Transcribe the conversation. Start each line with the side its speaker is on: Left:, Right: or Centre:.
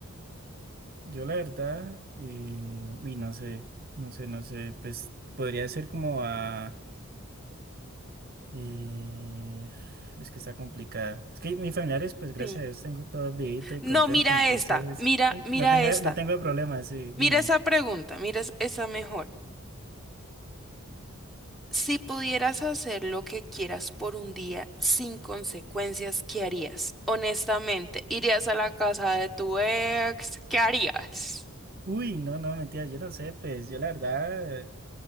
Right: Yo la verdad, eh, uy, no sé, no sé, no sé, pues podría ser como a... eh, es que está complicada. Es que mis familiares, pues gracias
Centre: Sí.
Right: a Dios, tengo todo vivito y
Centre: No,
Right: contento,
Centre: mira
Right: entonces
Centre: esta, mira,
Right: n-
Centre: mira
Right: no tengo,
Centre: esta.
Right: no tengo problemas, sí,
Centre: Mira
Right: dime.
Centre: esa pregunta, mira es- esa mejor. Si pudieras hacer lo que quieras por un día sin consecuencias, ¿qué harías? Honestamente, ¿irías a la casa de tu ex? ¿Qué harías?
Right: Uy, no, no, mentira, yo no sé, pues yo la verdad, eh,